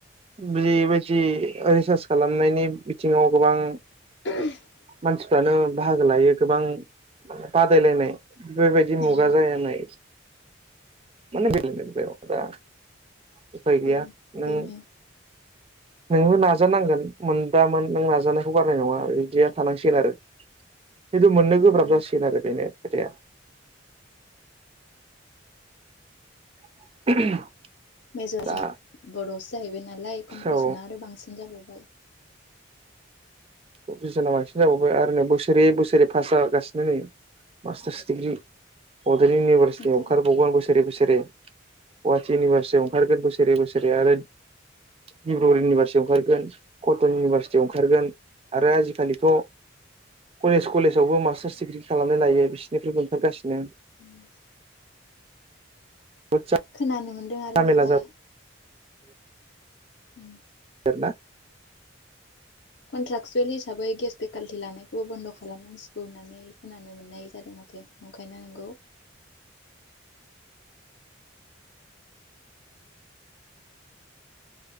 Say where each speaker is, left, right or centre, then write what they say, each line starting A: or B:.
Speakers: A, on the right; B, on the left.
A: बेबायदि रिसार्च खालामनायनि बिथिङाव गोबां
B: <inaudible>
A: मानसिफ्रानो बाहागो लायो गोबां बादायलायनाय बेफोरबायदि मुगा
B: औ
A: जाया नाय माने <unintelligible> उफाय गैया
B: बेनो
A: नों
B: बेनो
A: नोंबो नाजानांगोन मोन दामोन नों नाजानायखौ गारनाय नङा इदिया थानांसिगोन आरो। खिन्थु मोननो
B: औ
A: गोब्राब
B: औ
A: जासिगोन आरो बेनो खोथाया। <inaudible>
B: <unintelligible> जोंआ
A: दा
B: बर'आवसो जाहैबाय नालाय कम्पिटिसना
A: औ
B: आरो बांसिन जाबावबाय।
A: कम्पिटिसना बांसिन जाबावबाय आरो नै बोसोरै बोसोरै पास जागासिनो नै मास्टार्स डिग्रि बड'लेण्ड इउनिभारसिटियाव
B: ओंखाय
A: ओंखारबावगोन बोसोरे बोसोरे गुवाहाटि इउनिभारसिटियाव ओंखारगोन बोसोरे बोसोरे आरो डिब्रुगर इउनिभारसिटियाव ओंखारगोन कटन इउनिभारसिटियाव ओंखारगोन। आरो आजिखालिथ' कलेज कलेजावबो मास्टार्स डिग्रि खालामनाय लायो बिसोरनिफ्रायबो ओंखारगासिनो।
B: उम
A: <unintelligible>
B: <unintelligible> मोनदों आरो
A: जामेला
B: माबा
A: जाबाय
B: उम
A: <unintelligible>
B: कनट्राक्टसुएल हिसाब बै गेस फेकाल्टि लानायखौबो बन्द' खालामनांसिगौ होननानै खोनानो मोननाय जादों माथो ओंखायनो नंगौ